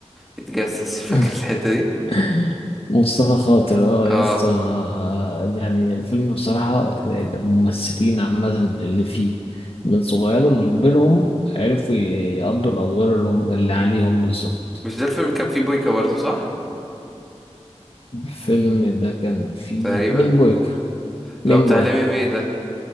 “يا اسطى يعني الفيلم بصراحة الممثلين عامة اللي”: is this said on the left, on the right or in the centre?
Left